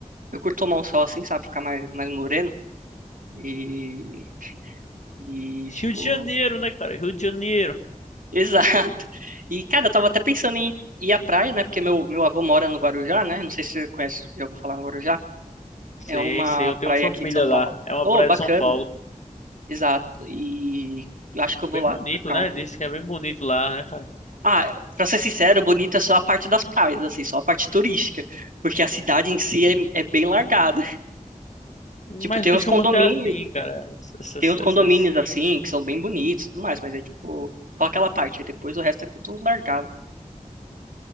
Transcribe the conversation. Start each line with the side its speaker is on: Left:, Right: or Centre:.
Right: Eu curto tomar um sol assim, sabe? Ficar mais, mais moreno. E. E,
Left: Rio
Right: tipo.
Left: de Janeiro, né, cara? Rio de Janeiro.
Right: <laughs> Exato. E, cara, eu tava até pensando em ir à praia, né? Porque meu, meu avô mora no Guarujá, né? Não sei se você conhece, já ouviu falar no Guarujá.
Left: Sei,
Right: É uma
Left: sei, eu tenho
Right: praia
Left: família
Right: aqui de São Paulo.
Left: lá. É uma
Right: Ô,
Left: praia
Right: bacana.
Left: de São Paulo.
Right: Exato. E eu acho que eu vou
Left: Bem
Right: lá
Left: bonito,
Right: pra cá
Left: né?
Right: ontem.
Left: Diz que é bem bonito lá, né, cara?
Right: Ah, pra ser sincero, bonita é só a parte das praias, assim, só a parte turística. Porque a cidade em si é, é bem largada.
Left: Mas
Right: Tipo, tem
Left: costuma
Right: uns condomínios,
Left: ser assim, cara. Essas,
Right: tem uns
Left: essas...
Right: condomínios assim, que são bem bonitos e tudo mais, mas é tipo, só aquela parte, aí depois o resto é tudo largado.